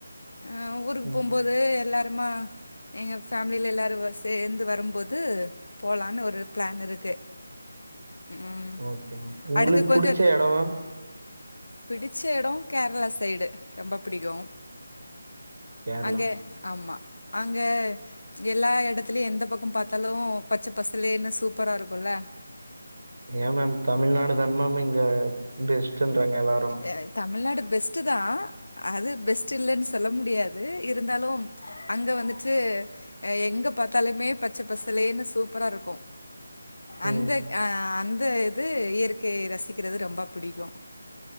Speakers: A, on the left; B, on the right.
A: அ ஊருக்கு
B: ம்
A: போம்போது எல்லாருமா எங்கள் ஃபேமிலியில எல்லாரு சேந்து வரும்போது போலான்னு ஒரு பிளான் இருக்கு ம்
B: ஓகே மேம் உங்களுக்கு
A: அடுத்து கொஞ்சோ
B: புடிச்ச எடோ மேம்
A: பிடிச்ச இடோ கேரளா சைடு ரொம்ப புடிக்கு
B: கேரளா
A: அங்க ஆமா அங்க எல்லா இடத்துலேயு எந்த பக்கம் பாத்தாலு பச்ச பசலேனு சூப்பரா இருக்குல்ல
B: ஏ மேம் தமிழ்நாடு தா மேம் இங்க பெஸ்ட்ன்றாங்க எல்லாரு
A: அ தமிழ்நாடு பெஸ்ட்டு தாஅது பெஸ்ட்டு இல்லன் சொல்ல முடியாது இருந்தாலு அங்க வந்துட்டு எங்க பாத்தாலுமே பச்ச பசலேன்னு சூப்பரா இருக்கு
B: ம்
A: அந்த அ அந்த இது இயற்கைய ரசிக்கிறது ரொம்ப புடிக்கு